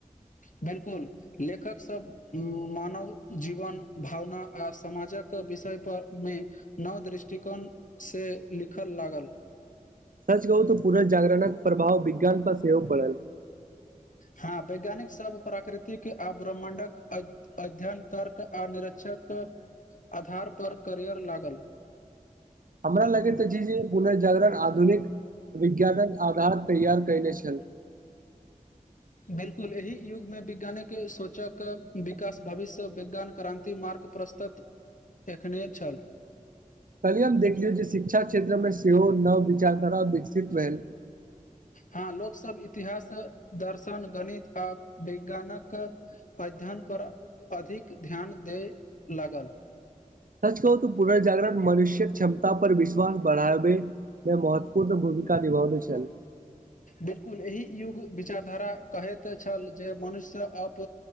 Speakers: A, on the left (about 65°); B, on the right (about 75°).
A: बिलकुल लेखक सब मानव जीवन भावना आ समाजक विषय पर में नव दृष्टिकोण से लिखल लागल
B: सच कहु तऽ पुनर्जागरणक प्रभाव विज्ञान पर सेहो पड़ल
A: हँ वैज्ञानिक सब प्राकृतिक आ ब्रह्मण्डक अध्ययन तर्क आ निरीक्षक आधार पर करियर लागल
B: हमरा लगैत अछि जे पुनर्जागरण आधुनिक विज्ञानक आधार तैयार कयने छल
A: बिलकुल एहि युग में वैज्ञानिक सोचक विकास भविष्य विज्ञान क्रांति मार्ग प्रस्त तऽ एखने छल
B: कली हम देखलियौ जे शिक्षा क्षेत्र में सेहो नव विचारधारा विकसित भेल
A: हँ लोक सब इतिहास दर्शन गणित आ विज्ञानक अध्ययनपर अधिक ध्यान दय लागल
B: सच कहू तऽ पुनर्जागरण मनुष्य्क क्षमता पर विश्वास बढ़ाबे जे महत्वपूर्ण भूमिका निभावे छल
A: बिलकुल एहि युग विचारधारा कहैत छल जे मनुष्य अप